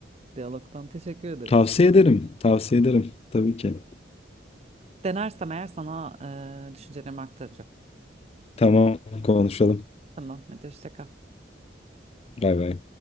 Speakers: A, on the right; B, on the left.
A: diyalogtan. Teşekkür ederim.
B: Tavsiye ederim. Tavsiye ederim. Tabii ki.
A: Denersem eğer sana e, düşüncelerimi aktaracağım.
B: Tamam konuşalım.
A: Tamam. Hadi hoşça kal.
B: Bay bay.